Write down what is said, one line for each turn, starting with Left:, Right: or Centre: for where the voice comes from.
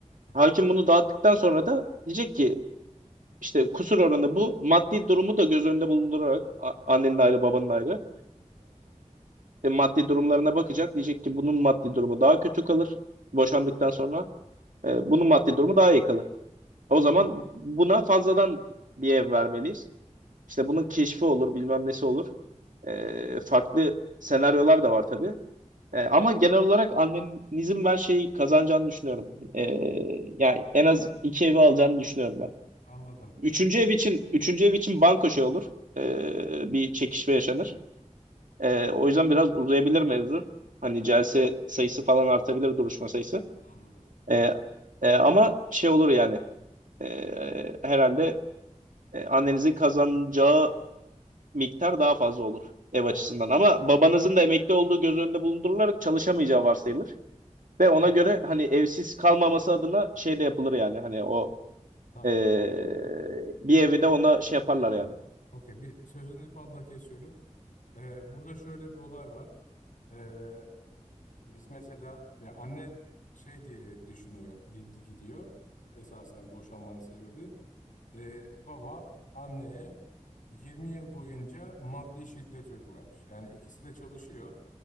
Left: Aha.
Right: Hakim bunu dağıttıktan sonra da diyecek ki işte kusur oranı bu. Maddi durumu da göz önünde bulundurarak a- annenin ayrı babanın ayrı e, maddi durumlarına bakacak. Diyecek ki bunun maddi durumu daha kötü kalır boşandıktan sonra. E, bunun maddi durumu daha iyi kalır. O zaman
Left: Hı hı.
Right: buna fazladan bir ev vermeliyiz. İşte bunun keşfi olur bilmem nesi olur. E, farklı senaryolar da var tabii. E, ama genel olarak annenizin ben şey kazanacağını düşünüyorum. E, yani en az iki evi alacağını düşünüyorum ben.
Left: Anladım.
Right: Üçüncü ev için üçüncü ev için banko şey olur. E, bir çekişme yaşanır. Ee, o yüzden biraz uzayabilir mevzu. Hani celse sayısı falan artabilir duruşma sayısı.
Left: Anladım.
Right: Ee, e, ama şey olur yani ee, herhalde e, annenizin kazanacağı miktar daha fazla olur ev
Left: Tamam.
Right: açısından. Ama babanızın da emekli olduğu göz önünde bulundurularak çalışamayacağı varsayılır. Ve ona
Left: Tamam.
Right: göre hani evsiz kalmaması adına şey de yapılır yani hani o
Left: Tamam.
Right: ee, bir evi de ona şey yaparlar yani.
Left: Okey bir sözünü balla kesiyorum. Ee, burada şöyle bir olay var. Ee, biz mesela ya anne şey diye düşünüyor, di- di- gidiyor. Esasen boşanmanın sebebi. Ee, baba anneye 20 yıl boyunca maddi şiddet uygulamış. Yani ikisi de çalışıyor.